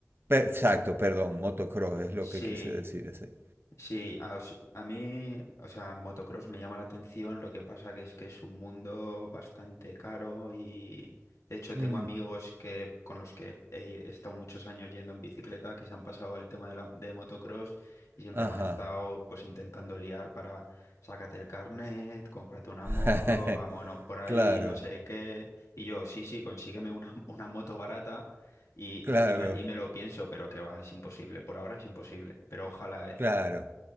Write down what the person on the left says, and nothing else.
Sí.
Sí, a, os- a mí, o sea, motocross me llama la atención, lo que pasa que es que es un mundo bastante caro y de hecho tengo
amigos que con los que he i- he estado muchos años yendo en bicicleta que se han pasado al tema de, la, de motocross y siempre
me han estado pues intentando liar para sácate el carnet, cómprate una
moto, vámonos por ahí,
no sé qué. Y yo, sí, sí, consígueme una, <laughs> una moto barata. Y,
y me, y me lo pienso, pero que va, es imposible. Por ahora es imposible. Pero ojalá, ¿eh?